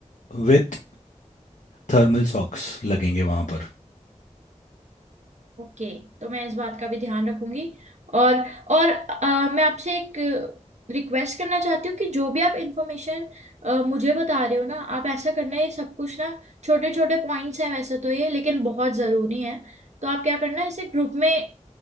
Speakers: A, on the left; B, on the right.
A: with thermal socks लगेंगे वहाँ पर
B: ओके तो मैं इस बात का भी ध्यान रखूंगी और और अ, मैं आपसे एक रिक्वेस्ट करना चाहती हूँ कि जो भी आप इंफॉर्मेशन मुझे बता रहे हो ना आप ऐसा करना ये सब कुछ ना छोटे छोटे पॉइंट्स हैं वैसे तो ये लेकिन बहुत ज़रूरी है तो आप क्या करना इसे ग्रुप में